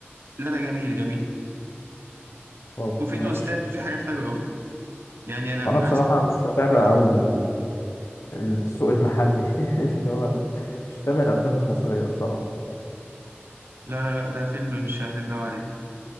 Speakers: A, on the right; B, on the left.
A: لا لا جميل جميل
B: طب
A: وفي
B: ماشي
A: تويستات وفي حاجات حلوة أوي يعني أنا
B: وانا
A: من
B: بصراحة
A: أحسن
B: مش متابع
A: أحمد السقا
B: قوي السوق المحلي <laughs> اللي هو ال- مش متابع الافلام المصرية الصراحة
A: لا لا لا ده فيلم مش هتندم عليه